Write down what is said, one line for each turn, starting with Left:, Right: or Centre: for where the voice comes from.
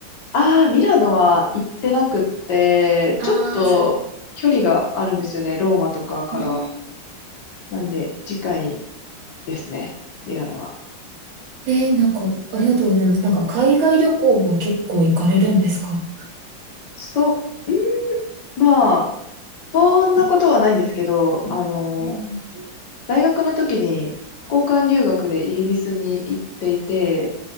Left: ああ、ミラノは行ってなくって、
Right: あー、
Left: ちょっと距離があるんですよね。
Right: さ、
Left: ローマとかから。
Right: うん。
Left: なんで、次回ですね。ミラノは。
Right: えーなんかありがとうございます。なんか海外旅行は結構行かれるんですか
Left: そう、んまあ、そんなことはないんですけど、あの、
Right: うん
Left: 大学の時に交換留学でイギリスに行っていて、